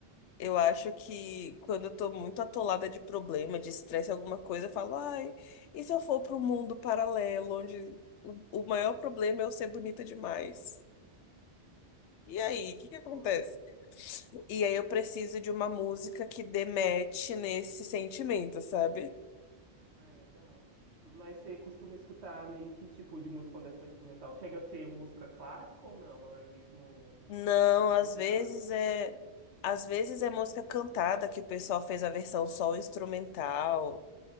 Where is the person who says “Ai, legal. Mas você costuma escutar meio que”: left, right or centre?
Right